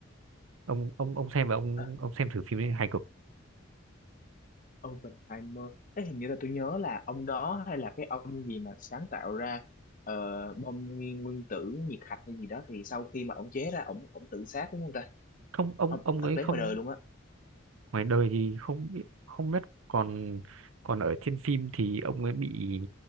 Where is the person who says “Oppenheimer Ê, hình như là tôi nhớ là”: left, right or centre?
Left